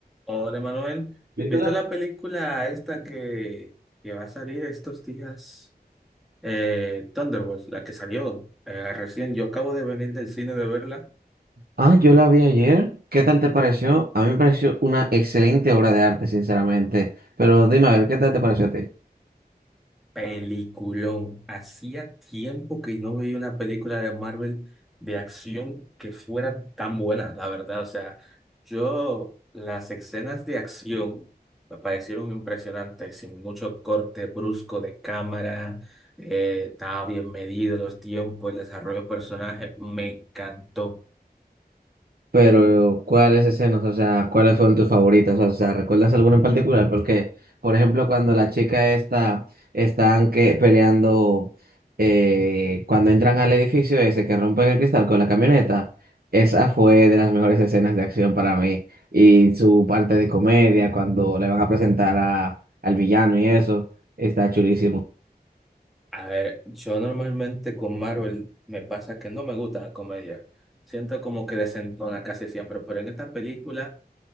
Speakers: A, in the centre; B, on the right.
A: Hola Manuel,
B: ¿Viste
A: ¿viste
B: la...
A: la película esta que, que va a salir estos días? Eh, Thunderbolts, la que salió eh, recién. Yo acabo de venir del cine de verla
B: Ah, yo la vi ayer. ¿Qué tal te pareció? A mí me pareció una excelente obra de arte, sinceramente. Pero dime a ver, ¿qué tal te pareció a ti?
A: Peliculón. Hacía tiempo que no veía una película de Marvel de acción que fuera tan buena, la verdad. O sea, yo las escenas de acción me parecieron impresionantes, sin mucho corte brusco de cámara, eh, estaba bien medido los tiempos, el desarrollo de personajes, me encantó.
B: Pero, ¿cuáles escenas? O sea, ¿cuáles fueron tus favoritas? O sea, ¿recuerdas alguna en particular? Porque, por ejemplo, cuando la chica esta están que peleando, eh, cuando entran al edificio ese que rompen el cristal con la camioneta, esa fue de las mejores escenas de acción para mí. Y su parte de comedia, cuando le van a presentar a, al villano y eso, está chulísimo.
A: A ver, yo normalmente con Marvel me pasa que no me gusta la comedia. Siento como que desentona casi siempre, pero en esta película...